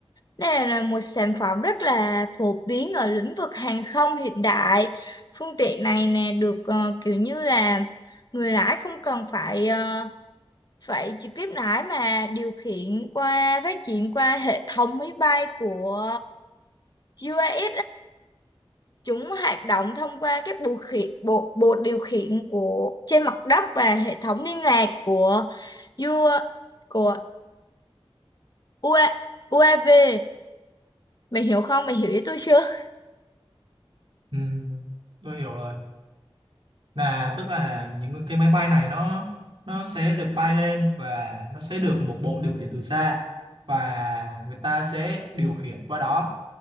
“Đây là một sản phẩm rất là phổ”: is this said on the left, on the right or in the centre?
Left